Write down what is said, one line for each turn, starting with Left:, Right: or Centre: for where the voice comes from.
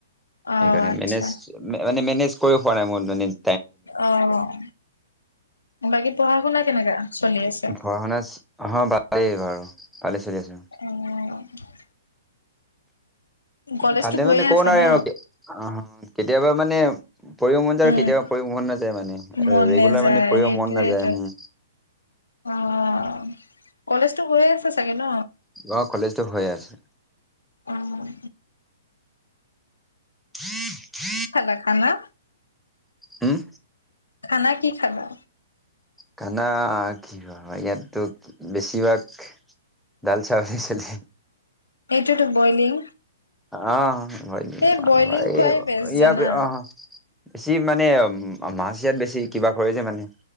Left: অ
Centre: সেইকাৰণে,
Left: আচ্ছা
Centre: মেনেজ মানে, মেনেজ কৰিব পোৱা নাই, মোৰ অন্য <unintelligible>
Left: অ'! বাকী, পঢ়া-শুনা কেনেকা? চলি আছে
Centre: পঢ়া-শুনা? অ'! ভালেই বাৰু ভালে চলি আছোঁ।
Left: অ'! কলেজতো
Centre: ভালে
Left: গৈয়ে
Centre: মানে, ক'ব
Left: আছা
Centre: নোৱাৰি
Left: ন
Centre: আৰু। অ'! কেতিয়াবা মানে, পঢ়িব মন যায়
Left: উম
Centre: আৰু কেতিয়াবা, পঢ়িব মন নাযায় মানে।
Left: মন
Centre: ৰেগুলাৰ
Left: নেযায়
Centre: মানে, পঢ়িব
Left: সেইটোয়েটো
Centre: মন নাযায়, উম।
Left: অ'! কলেজতো গৈয়ে আছে, চাগে ন'?
Centre: অ কলেজটো হৈ আছে
Left: অ'!
Centre: <unintelligible>
Left: কি খালা খানা?
Centre: উম!
Left: খানা কি খাবা?
Centre: খানা, কি হয়, ইয়াততো বেছিভাগ দাল-চাউলে চলে।
Left: সেইটোতো, বইলিং?
Centre: অ'!
Left: এই বইলিং
Centre: <unintelligible>
Left: খোৱাই বেষ্ট জানা।
Centre: অ'! বেছি মানে, মাছ ইয়াত বেছি, কিবা কৰে যে মানে।